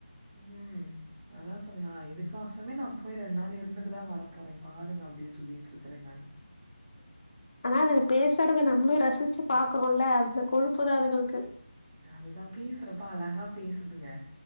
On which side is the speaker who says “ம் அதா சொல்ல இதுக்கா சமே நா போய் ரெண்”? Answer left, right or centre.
Right